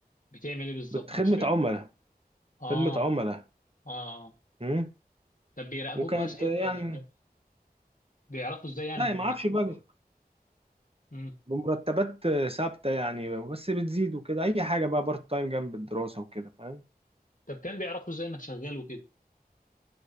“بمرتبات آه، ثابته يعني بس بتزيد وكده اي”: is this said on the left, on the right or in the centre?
Right